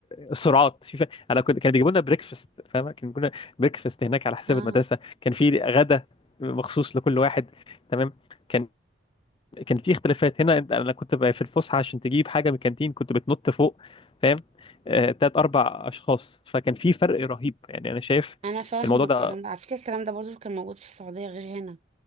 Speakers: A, on the left; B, on the right.
A: سرعات في فرق انا كنت كان بيجيبوا لنا بريكفاست فاهمه كان بيجيبوا لنا بريكفاست هناك على حساب
B: اه
A: المدرسه كان في غدا مخصوص لكل واحد تمام كان كان في اختلافات هنا أنت- انا كنت بقى في الفسحه عشان تجيب حاجه من الكانتين كنت بتنط فوق فاهم آه، تلات اربع اشخاص فكان في فرق رهيب يعني انا شايف
B: انا فاهمه
A: الموضوع
B: الكلام
A: ده
B: ده على فكره الكلام ده برضو كان موجود في السعوديه غير هنا